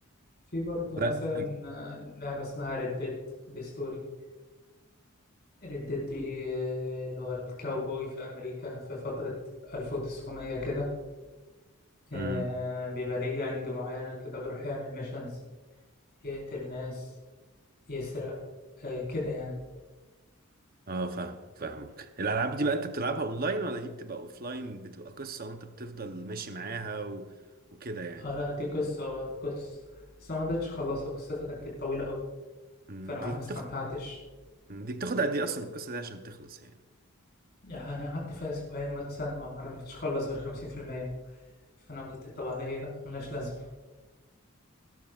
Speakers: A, on the left; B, on the right.
A: في برضو
B: لا
A: مثلا آه، لعبة اسمها ريد ديد دي ستوري ردت دي آه، اللي هو الكاوبوي في أمريكا في فترة 1900 كده آه،
B: امم
A: بيبقى ليه جانج معينة كده بيروح يعمل ميشنز يقتل ناس يسرق آه، كده يعني
B: اه فاهمك فاهمك الالعاب دي بقى انت بتلعبها اونلاين ولا دي بتبقى اوفلاين بتبقى قصة وانت بتفضل ماشي معاها و... وكده يعني
A: اه لا دي قصة آه، قصة بس أنا ما قدرتش أخلصها قصتها كانت كانت طويلة أوي
B: أمم،
A: فأنا ما
B: دي بتاخد
A: ما استمتعتش
B: دي بتاخد قد ايه اصلا القصة دي عشان تخلص يعني
A: يعني أنا قعدت فيها أسبوعين مثلا ما عرفتش أخلص غير خمسين في المية فأنا قلت طب على إيه لأ ملهاش لازمة